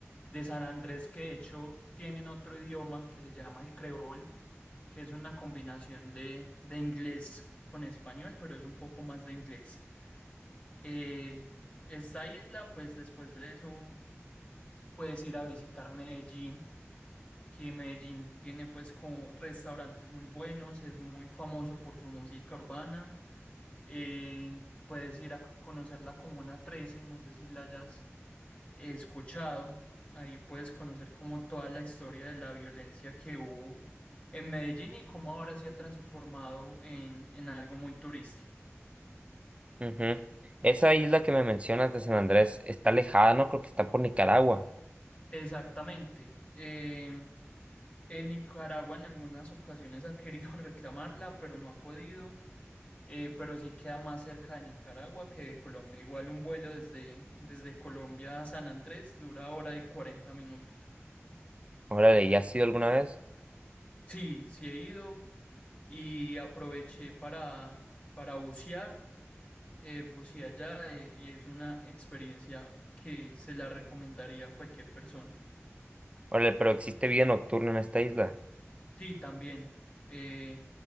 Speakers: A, on the left; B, on the right.
A: de San Andrés que de hecho tienen otro idioma que se llama el creol, que es una combinación de, de inglés con español, pero es un poco más de inglés. Eh, esta isla pues después de eso puedes ir a visitar Medellín que Medellín tiene pues como restaurantes muy buenos, es muy famoso por su música urbana. Eh, puedes ir a c- conocer la Comuna 13, no sé si la hayas eh, escuchado. Ahí puedes conocer como toda la historia de la violencia que hubo en Medellín y cómo ahora se ha transformado en, en algo muy turístico.
B: Ujú. Esa isla que me mencionas de San Andrés está alejada, ¿no? Creo que está por Nicaragua.
A: Exactamente. Eh, en Nicaragua en algunas ocasiones ha querido <laughs> reclamarla, pero no ha podido. eh, pero sí queda más cerca de Nicaragua que de Colombia. Igual un vuelo desde, desde Colombia a San Andrés dura hora y cuarenta minutos.
B: Órale, ¿ya has ido alguna vez?
A: Sí, sí he ido y aproveché para, para bucear. Eh, buceé allá eh, y es una experiencia que se la recomendaría a cualquier persona.
B: Órale, pero existe vida nocturna en esta isla.
A: Sí, también. eh,